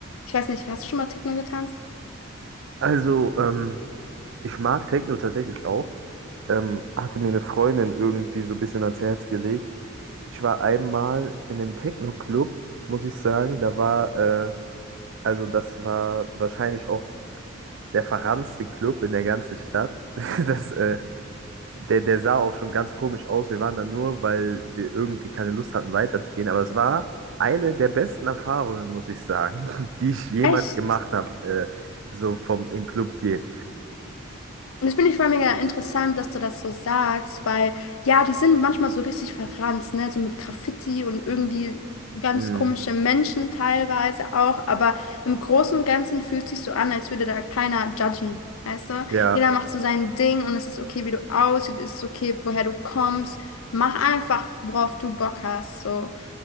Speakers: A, on the left (about 80°); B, on the right (about 60°).
A: Ich weiß nicht, hast du schon mal Techno getanzt?
B: Also, ähm, ich mag Techno tatsächlich auch. ähm, hatte mir eine Freundin irgendwie so ein bisschen ans Herz gelegt. Ich war einmal in einem Techno-Club, muss ich sagen. Da war, äh, also das war wahrscheinlich auch der verranzte Club in der ganzen Stadt. <laughs> Das, äh, der, der sah auch schon ganz komisch aus. Wir waren da nur, weil wir irgendwie keine Lust hatten, weiterzugehen. Aber es war eine der besten Erfahrungen, muss ich sagen, <laughs> die ich jemals
A: Echt?
B: gemacht habe, äh, so vom in den Club gehen.
A: Und Das finde ich voll mega interessant, dass du das so sagst, weil ja, die sind manchmal so richtig verranzt, ne? So mit Graffiti und irgendwie ganz
B: Mm,
A: komische Menschen teilweise auch, aber im Großen und Ganzen fühlt sich so an, als würde da keiner judgen, weißt du?
B: ja,
A: Jeder macht so sein Ding und es ist okay, wie du aussiehst, es ist okay, woher du kommst. Mach einfach, worauf du Bock hast, so